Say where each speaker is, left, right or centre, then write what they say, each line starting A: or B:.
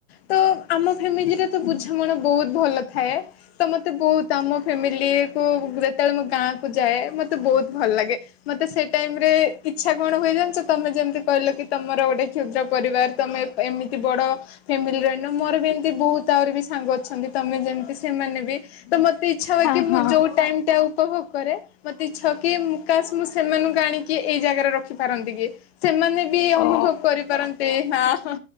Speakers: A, on the left (about 45°); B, on the left (about 25°).
A: ତ ଆମ ଫ୍ୟାମିଲିରେ ତ ବୁଝାମଣା କଣ ବୋହୁତ୍ ଭଲ ଥାଏ ତ ମତେ ବୋହୁତ୍ ଆମ ଫ୍ୟାମିଲି କୁ ଯେତେବେଳେ ମୁଁ ଗାଁ କୁ ଯାଏ। ମତେ ବୋହୁତ୍ ଭଲ ଲାଗେ ମତେ ସେ ଟାଇମ୍ ରେ ଇଚ୍ଛା କଣ ହୁଏ ତମେ ଯେମିତି କହିଲ କି? ତମର ଗୋଟେ କ୍ଷୁଦ୍ର ପରିବାର୍ ତମେ ଏମିତି ବଡ଼ ଫ୍ୟାମିଲି ରେ ରହିନ ମୋର ବି ଏମିତି ବହୁତ୍ ଆହୁରି ବେସୀ ସାଙ୍ଗ ଅଛନ୍ତି ତମେ ଯେମତି ସେମାନେ ବି ତ ମତେ ଇଛା ହୁଏ
B: ହଁ
A: କି ମୁଁ
B: ହଁ
A: ଯୋଉ ଟାଇମ୍ ଟା ଆଉ ଉପଭୋଗ କରେ ମତେ ଇଚ୍ଛା କି ମୁକାଶ ମୁଁ ସେମାନଙ୍କୁ ଆଣିକି ଏଇ ଜାଗାରେ ରଖିପାରନ୍ତି କି ସେମାନେ ବି ଅନୁଭବ
B: ଓ
A: କରିପାରନ୍ତେ ହଁ। ହଁ